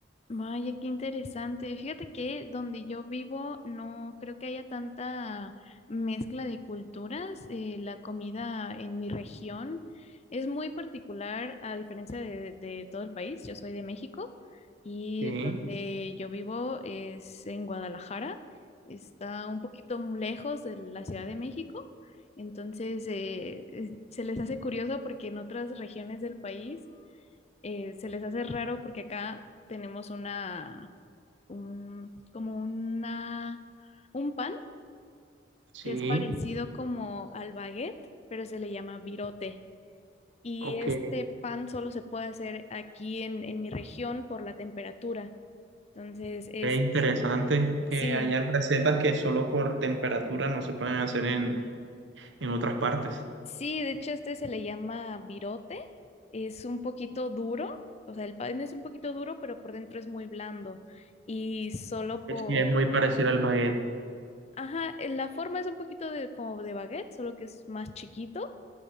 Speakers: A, on the left; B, on the right.
A: Vaya, qué interesante. Fíjate que donde yo vivo no creo que haya tanta mezcla de culturas. Eh, la comida en mi región es muy particular a diferencia de, de todo el país. Yo soy de México y
B: Sí.
A: donde yo vivo es en Guadalajara. Está un poquito lejos de la Ciudad de México. Entonces, eh, eh, se les hace curioso porque en otras regiones del país eh, se les hace raro porque acá tenemos una, un, como una, un pan
B: Sí,
A: que es parecido como al baguette, pero se le llama virote. Y
B: ok.
A: este pan solo se puede hacer aquí en, en mi región por la temperatura. Entonces es,
B: Es interesante que
A: sí,
B: hayan recetas que solo por temperatura no se pueden hacer en, en otras partes.
A: sí, de hecho este se le llama virote. Es un poquito duro, o sea, el pan es un poquito duro, pero por dentro es muy blando. Y solo por,
B: Sí, es muy parecido al baguette.
A: Ajá, eh, la forma es un poquito de, como de baguette, solo que es más chiquito